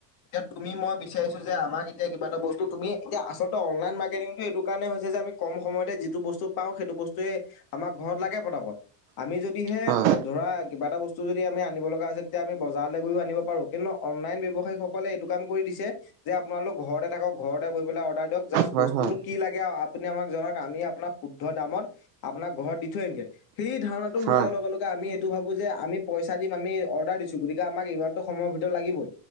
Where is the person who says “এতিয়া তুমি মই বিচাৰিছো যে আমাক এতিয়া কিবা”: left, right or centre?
Left